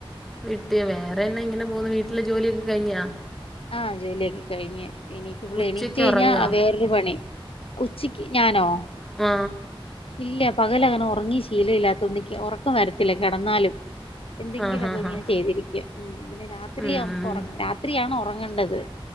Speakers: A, in the centre; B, on the left (about 80°).
A: വിട്ടിയ വേറെന്നെ ഇങ്ങനെ പോ മോളവീട്ടില് ജോലിയൊക്കെ കഴിഞ്ഞാ
B: ആഹ് ജോലിയൊക്ക കഴിഞ്ഞ ഇനിപ്പ ഇവള്എണീറ്റ്
A: ഉച്ചക്ക്
B: കഴിഞ്ഞാ
A: ഉറങ്ങാ
B: വേറൊരു പണി ഉച്ചക്ക് ഞാനോ
A: ആ
B: ഇല്ല പകലങ്ങനെ ഉറങ്ങി ശീല ഇല്ലാത്തണ്ട് ഇനിക്ക് ഉറക്കം വരത്തില്ല കിടന്നാലും എന്തെങ്കിലുമൊക്കെ
A: ആഹ് ആഹ്
B: ഇങ്ങനെ
A: ആഹ്
B: ചെയ്തിരിക്കും പിന്നെ രാത്രി
A: ഉം
B: നമു രാത്രിയാണ് ഉറക്കം ങ്ങണ്ടത്